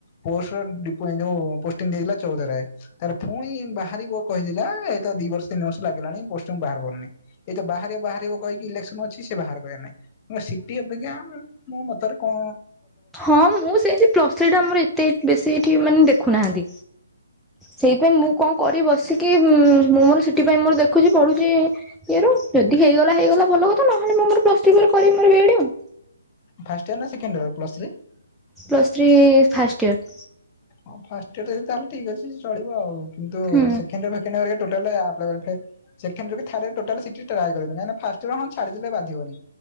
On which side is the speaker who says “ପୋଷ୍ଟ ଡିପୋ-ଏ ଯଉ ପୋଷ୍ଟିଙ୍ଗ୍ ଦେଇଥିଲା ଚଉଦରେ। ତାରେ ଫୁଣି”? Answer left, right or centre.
Left